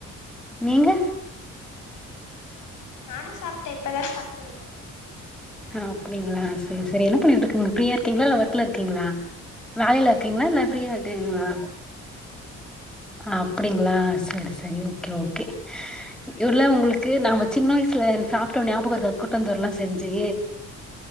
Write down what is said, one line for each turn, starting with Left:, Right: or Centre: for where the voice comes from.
Centre: நீங்க
Left: நானு சாப்ட்ட இப்பதா சாப்ட்டு வந்த
Centre: அப்டிங்ளா செரி செரி என்ன பண்ணிட்ருக்கிங்க ஃப்ரீயா இருக்கிங்ளா இல்ல
Left: ஆ
Centre: ஒர்க்ல இருக்கிங்ளா வேலைல இருக்கிங்ளா இல்ல ஃப்ரீயா இருக்கிங்ளா அப்டிங்ளா செரி செரி ஓகே ஓகே இல்ல உங்களுக்கு நாம சின்ன வயசுல சாப்ட்டோ ஞாபக இருக்கா கூட்டாஞ்சோறு எல்லா செஞ்சு